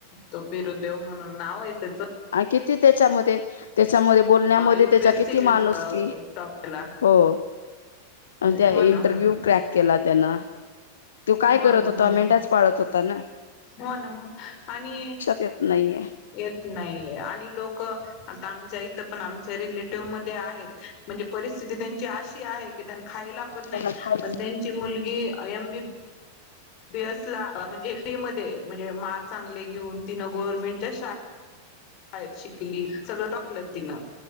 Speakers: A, on the left (about 40°); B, on the left (about 65°).
A: तो बिरु देव म्हणून नाव आहे त्याच
B: आणि किती त्याच्यामध्ये त्याच्यामध्ये बोलण्यामध्ये
A: युपीएससी
B: त्याच्या किती माणूसकी,
A: टॉपला
B: हो. आणि त्या
A: हो
B: इंटरव्ह्यू
A: ना हो ना हो ना
B: क्रॅक केलात. त्यांन त्यो काय
A: हो
B: करत
A: ना हो
B: होता, मेंढाच
A: ना हो
B: पाळत होता न.
A: हो ना आणि
B: येत नाहीये
A: येत नाही. हे आणि लोक आता आमच्या इथं पण आमच्या रिलेटिव्ह मध्ये आहेत. म्हणजे परिस्थिती त्यांची अश की आहे कि टन खायला पण नाही
B: त्यांना काहीच
A: पण त्यांची मुलगी बी, अ एम. बि. बी. एस. ला म्हणजे फी मध्ये म्हणजे मार्क चांगले घेऊन, तिनं गव्हर्नमेंटच्या शा शाळेत शिकली, सगळ टॉकल तिन